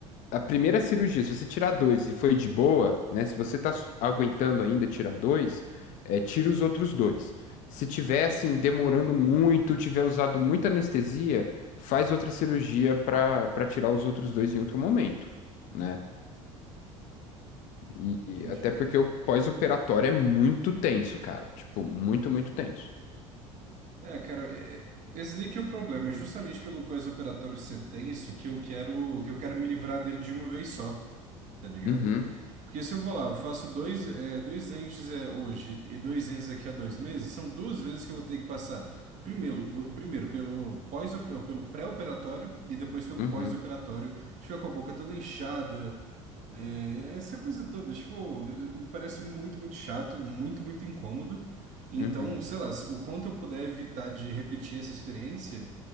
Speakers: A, on the left; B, on the right.
A: A primeira cirurgia, se você tirar dois e foi de boa, né? Se você tá su- aguentando ainda tirar dois, é, tira os outros dois. Se tiver assim, demorando muito, tiver usado muita anestesia, faz outra cirurgia para para tirar os outros dois em outro momento. né? E, e
B: entendi.
A: até porque o pós-operatório é muito tenso, cara. Tipo, muito, muito tenso.
B: É, cara, é- é- esse daí que é o problema, é justamente pelo pós-operatório ser tenso que eu quero, que eu quero me livrar dele de uma vez só tá ligado?
A: Uhum,
B: Porque se eu vou lá, eu faço dois, é, dois entes é, hoje e dois entes daqui a dois meses, são duas vezes que eu vou ter que passar. Primeiro, o- primeiro pelo pós, eh, pelo pré-operatório e depois pelo
A: uhum,
B: pós-operatório. Ficar com a boca toda inchada, né? Essa coisa toda, tipo, me parece muito, muito chato, muito, muito incômodo. Então,
A: uhum.
B: sei lá, se- o quanto eu puder evitar de repetir essa experiência,